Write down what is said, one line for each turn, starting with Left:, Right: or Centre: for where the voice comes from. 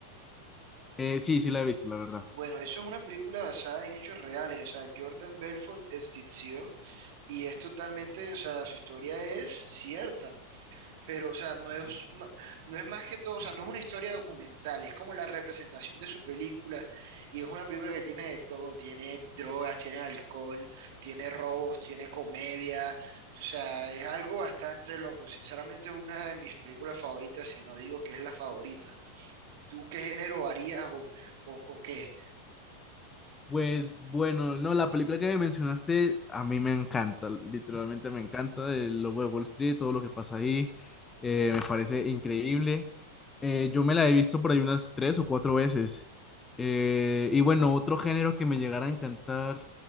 Left: Eh, sí, sí la he visto, la verdad.
Right: Bueno, eso es una película basada en hechos reales. O sea, Jordan Belfort existió y es totalmente, o sea, su historia es cierta. Pero, o sea, no es, ma- no es más que todo, o sea, no es una historia documental, es como la representación de su película. Y es una película que tiene de todo: tiene drogas, tiene alcohol, tiene robos, tiene comedia. O sea, es algo bastante loco. Sinceramente, es una de mis películas favoritas, si no digo que es la favorita. ¿Tú qué género harías o, o o qué?
Left: Pues bueno, no, la película que me mencionaste a mí me encanta, literalmente me encanta, el Lobo de Wall Street, todo lo que pasa ahí, eh, me parece increíble. Eh, yo me la he visto por ahí unas tres o cuatro veces. Eh, y bueno, otro género que me llegara a encantar,